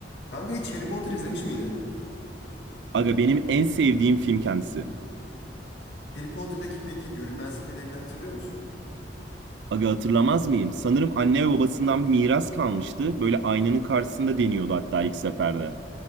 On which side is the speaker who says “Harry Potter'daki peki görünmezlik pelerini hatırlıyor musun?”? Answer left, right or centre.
Left